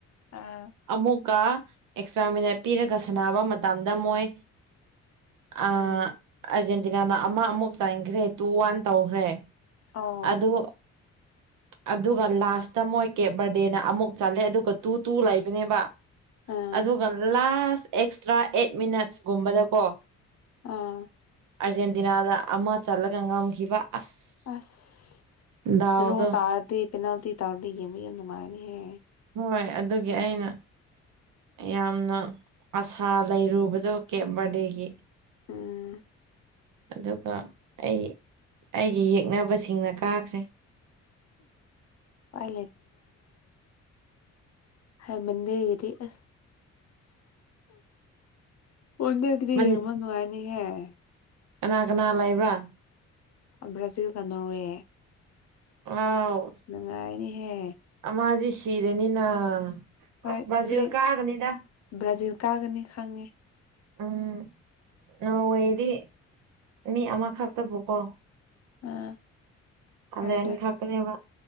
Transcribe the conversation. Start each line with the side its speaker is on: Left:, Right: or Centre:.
Left: ꯑꯥ
Right: ꯑꯃꯨꯛꯀ ꯑꯦꯛꯁꯇ꯭ꯔꯥ ꯃꯤꯅꯠ ꯄꯤꯔꯒ ꯁꯥꯟꯅꯕ ꯃꯇꯝꯗ ꯃꯣꯏ ꯑꯥꯔꯖꯦꯟꯇꯤꯅꯥꯅ
Left: ꯎꯝ
Right: ꯑꯃ ꯑꯃꯨꯛ ꯆꯥꯏꯈ꯭ꯔꯦ ꯇꯨ ꯋꯥꯟ ꯇꯧꯈ꯭ꯔꯦ
Left: ꯑꯣ
Right: ꯑꯗꯣ ꯑꯗꯨꯒ ꯂꯥꯁꯇ ꯃꯣꯏ ꯀꯦꯞ ꯕꯔꯗꯦꯅ ꯑꯃꯨꯛ ꯆꯠꯂꯦ ꯑꯗꯨꯒ ꯇꯨ ꯇꯨ ꯂꯩꯕꯅꯦꯕ
Left: ꯑꯥ
Right: ꯑꯗꯨꯒ ꯂꯥꯁ ꯑꯦꯛꯁꯇ꯭ꯔꯥ ꯑꯦꯠ ꯃꯤꯅꯠꯁꯀꯨꯝꯕꯗꯀꯣ
Left: ꯑꯥ
Right: ꯑꯥꯔꯖꯦꯟꯇꯤꯅꯥꯗ ꯑꯃ ꯆꯠꯂꯒ ꯉꯝꯈꯤꯕ ꯑꯁ
Left: ꯑꯁ
Right: ꯗꯥꯎꯗꯣ
Left: ꯗ꯭ꯔꯣ ꯇꯥꯔꯗꯤ ꯄꯦꯅꯥꯜꯇꯤ ꯇꯥꯔꯗꯤ ꯌꯦꯡꯕ ꯌꯥꯝ ꯅꯨꯡꯉꯥꯏꯅꯦꯍꯦ
Right: ꯍꯣꯏ ꯑꯗꯨꯒꯤ ꯑꯩꯅ ꯌꯥꯝꯅ ꯑꯁꯥ ꯂꯩꯔꯨꯕꯗꯣ ꯀꯦ ꯕꯔꯗꯦꯒꯤ
Left: ꯎꯝ
Right: ꯑꯗꯨꯒ ꯑꯩ ꯑꯩꯒꯤ ꯌꯦꯛꯅꯕꯁꯤ ꯆꯤꯡꯅ ꯀꯥꯈ꯭ꯔꯦ
Left: ꯎꯄꯥꯏ ꯍꯥꯏꯩꯃꯗꯤꯔꯤ ꯑ ꯑꯣꯅ ꯑꯗꯨꯔꯤ
Right: ꯃꯟ
Left: ꯌꯦꯡꯃꯅꯅꯨꯡꯉꯥꯏꯅꯤ ꯍꯥꯏ
Right: ꯀꯅꯥ ꯀꯅꯥ ꯂꯩꯕ꯭ꯔꯥ
Left: ꯕ꯭ꯔꯥꯖꯤꯜꯒ ꯅꯣꯔꯋꯦ
Right: ꯑꯥꯎ
Left: ꯅꯨꯡꯉꯥꯏꯅꯤꯍꯦ
Right: ꯑꯃꯗꯤꯗꯤ ꯁꯤꯔꯅꯤꯅ
Left: ꯍꯣꯏ
Right: ꯑꯁ ꯃꯥꯖꯤ
Left: ꯁꯤ
Right: ꯀꯥꯒꯅꯤꯗ
Left: ꯕ꯭ꯔꯥꯖꯤꯜ ꯀꯥꯒꯅꯤ ꯈꯥꯡꯉꯦ
Right: ꯎꯝ ꯅ ꯑꯣꯏꯦꯗꯤ ꯃꯤ ꯑꯃꯈꯛꯇꯕꯨꯀꯣ
Left: ꯑꯥ
Right: ꯍꯂꯦꯟ
Left: ꯌꯥꯁꯤꯔ
Right: ꯈꯛꯇꯅꯦꯕ